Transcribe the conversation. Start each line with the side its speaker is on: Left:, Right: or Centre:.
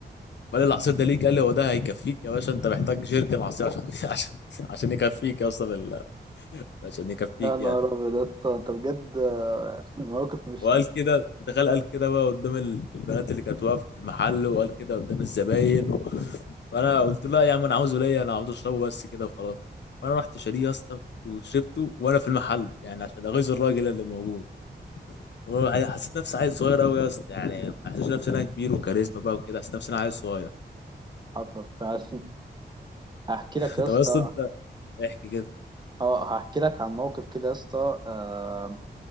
Left: قال لي العصير ده ليك قال لي هو ده هيكفيك يا باشا انت محتاج جيركن عصير عشان <laughs> عشان عشان يكفيك يا اسطى بال- عشان يكفيك
Right: يا نهار
Left: يعني
Right: ابيض يا اسطى، انت بجد آه، الموقف مش
Left: وقال
Right: <laughs>
Left: كده متخيل قال كده بقى قدام ال- البنات اللي كانت واقفه في المحل وقال كده قدام الزباين و... فانا قلت له لا يا عم انا عاوزه ليا انا عاوز اشربه بس كده وخلاص فانا رحت شاريه يا اسطى وشربته وانا في المحل يعني عشان اغيظ الراجل اللي موجود وأنا حسيت نفسي عيل صغير قوي يا اسطى يعني ما حسيتش نفسي انا كبير وكاريزما بقى وكده حسيت نفسي انا عيل صغير
Right: حصل فعلا هحكي
Left: <laughs>
Right: لك يا اسطى
Left: طب يا اسطى انت احكي كده
Right: اه هحكي لك عن موقف كده يا اسطى آه،